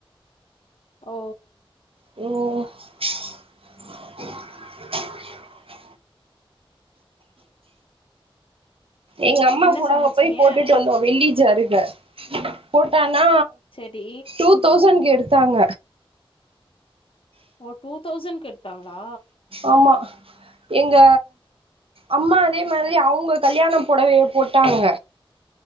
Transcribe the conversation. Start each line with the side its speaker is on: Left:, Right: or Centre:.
Left: ஓ
Right: ம் எங்க அம்மா
Left: என்ன
Right: புடவ
Left: சமச்சீங்க?
Right: போய் போட்டுட்டு வந்தோம் வெள்ளி <unintelligible> அருக்க போட்டா ண்ணா
Left: செரி
Right: டூ தௌசண்ட்க்கு எ த்தாங்க
Left: ஓ டூ டூ தௌசண்ட்க்கு எடுத்தாங்களா
Right: ஆம்மா எங்க அம்மா அதே மாறி அவுங்க கல்யாண பொடவய போட்டாங்க